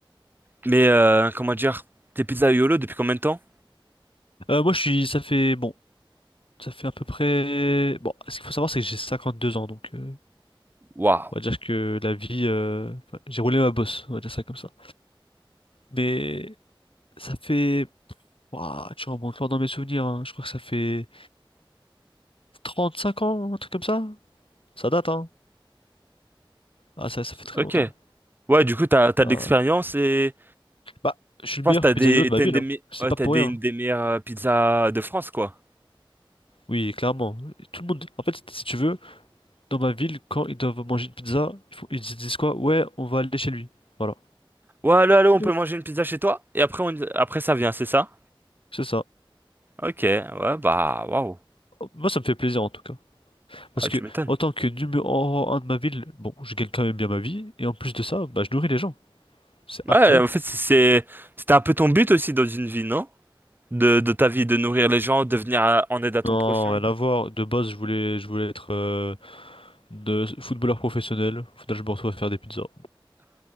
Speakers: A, on the right; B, on the left.
A: Mais, euh, comment dire? Tes pizzas YOLO depuis combien de temps?
B: Euh, moi, je suis... Ça fait... Bon, ça fait à peu près... Bon, ce qu'il faut savoir, c'est que j'ai 52 ans, donc... euh,
A: Waouh.
B: on va dire que la vie... euh, enfin, j'ai roulé ma bosse, on va dire ça comme ça. Mais ça fait... Ouah, tu remontes loin dans mes souvenirs, hein. Je crois que ça fait 35 ans, un truc comme ça. Ça date, hein. Ah, ça, ça fait très
A: Ok.
B: longtemps.
A: Ouais, du coup, t'as, t'as
B: Ah,
A: de l'expérience et
B: Bah, je suis
A: pense
B: le meilleur
A: que t'as
B: pizzaïolo
A: des,
B: de ma
A: t'as
B: ville,
A: une des,
B: hein.
A: me-
B: C'est
A: ouais,
B: pas
A: t'as
B: pour
A: des,
B: rien.
A: une des meilleures euh, pizzas de France, quoi.
B: Oui, clairement. Tout le monde. En fait, si tu veux, dans ma ville, quand ils doivent manger une pizza, ils font- ils se disent quoi? Ouais, on va aller chez lui. Voilà.
A: Ouais, allô, allô, on
B: Mm.
A: peut manger une pizza chez toi? Et après, on, après ça vient, c'est ça?
B: C'est ça.
A: Ok, ouais, bah, waouh.
B: Moi, ça me fait plaisir en tout cas. Parce
A: Ah,
B: que,
A: tu m'étonnes.
B: en tant que numéro un de ma ville, bon, je gagne quand même bien ma vie. Et en plus de ça, bah, je nourris les gens. C'est
A: Ouais,
B: incroyable.
A: en fait, c'est, c'était un peu ton but aussi dans une vie, non? De, de ta vie, de nourrir les gens, de venir à- en aide à ton
B: Non,
A: prochain,
B: rien à voir. De base, je voulais, je voulais être euh, de footballeur professionnel. Faudrait que je me retrouve à faire des pizzas.